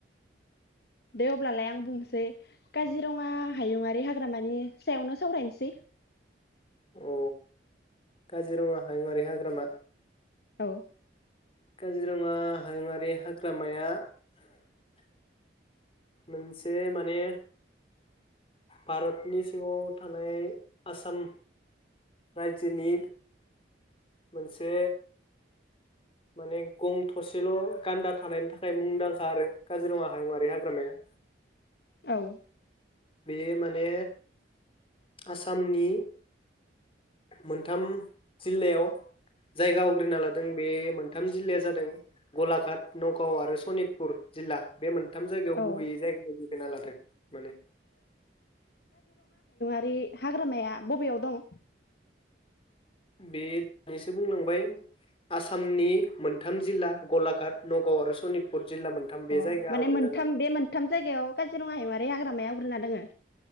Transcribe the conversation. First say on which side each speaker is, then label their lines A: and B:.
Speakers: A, on the left; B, on the left.
A: दे अब्लालाय आं बुंनोसै काजिरङा हायुङारि हाग्रामानि सायावनो सावरायनोसै
B: औ काजिरङा हायवारि हाग्रामा
A: औ
B: काजिरङा हायुंङारि हाग्रामाया मोनसे माने भारतनि सिङाव थानाय आसाम रायजोनि मोनसे माने गं थसेल' गान्दा थानायनि थाखाय मुंदांखा आरो काजिरङा हायुंआारि हाग्रामाया
A: औ
B: बे माने आसामनि मोनथाम जिल्लायाव जायगा आवग्रिना लादों बे मोनथाम जिल्लाया जादों गलाघाट नगाव आरो सनितपुर जिल्ला बे मोनथाम जायगायाव
A: औ
B: गुबैयै जायगाानिगैग ना लादों माने
A: ओै हाग्रामाया बबेयाव दं
B: बे दैसो बुंलांबाय आसामनि मोनथाम जिल्ला गलाघाट नगाव आरो सनितपुर जिल्ला मोनथाम बे
A: अ
B: जायगा आवग्रिना
A: माने मोनथाम बे मोनथाम जायगायाव काजिरङा हायुवारि हाग्रामाया आवग्रिना दोङो